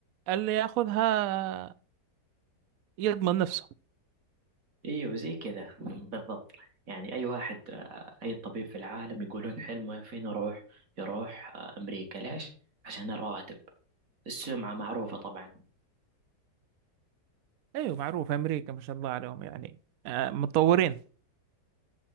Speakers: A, on the right; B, on the right.
A: اللي ياخذها يضمن نفسه
B: أيوه زي كذا <laughs> بالضبط يعني أي واحد آه، أي طبيب في العالم يقولون حلمه فين يروح يروح آه، أمريكا ليش؟ عشان الرواتب السمعة معروفة طبعا
A: أيوة معروف أمريكا ما شاء الله عليهم يعني آه، متطورين